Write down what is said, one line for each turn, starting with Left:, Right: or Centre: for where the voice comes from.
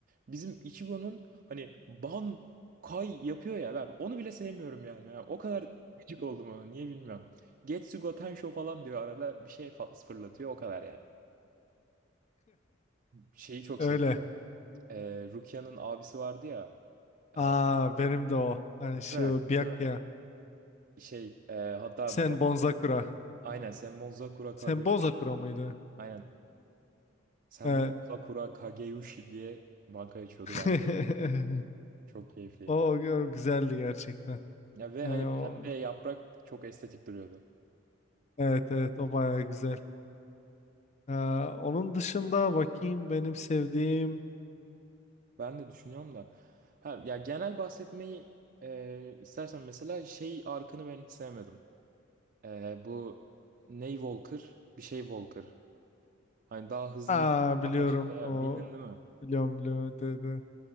Right: Bizim Ichigo'nun hani Bankay yapıyor ya ben onu bile sevmiyorum yani. Yani o kadar gıcık oldum ona niye bilmiyorum. Getsugo Tensho falan diyor arada bir şey fa- fırlatıyor o kadar yani. Şeyi çok
Left: Öyle.
Right: seviyorum. E, Rukia'nın abisi vardı ya.
Left: Aa
Right: E,
Left: benim de o. Hani
Right: değil
Left: şu
Right: mi?
Left: Byakuya.
Right: Değil mi? Şey e, hatta
Left: Sen Bonzakura.
Right: Aynen sen Monzakura Kageyushi.
Left: Sen Bonzakura mıydı?
Right: Aynen. Sen
Left: Evet.
Right: Monzakura Kageyushi diye banka açıyordu
Left: <laughs>
Right: baya. Çok keyifliydi.
Left: O, o güzeldi gerçekten.
Right: Ya ve
Left: E,
Right: hani
Left: o
Right: pembe yaprak çok estetik duruyordu.
Left: Evet evet o baya güzel. Ee, onun dışında bakayım benim sevdiğim.
Right: Ben de düşünüyorum da. Ha, ya genel bahsetmeyi e, istersen mesela şey arkını ben hiç sevmedim. E, bu Ney Walker bir şey Walker. Hani daha hızlı
Left: Aa
Right: yürüyüşten
Left: biliyorum
Right: başka
Left: o.
Right: bildin değil mi?
Left: Biliyorum biliyorum. Evet, evet, evet.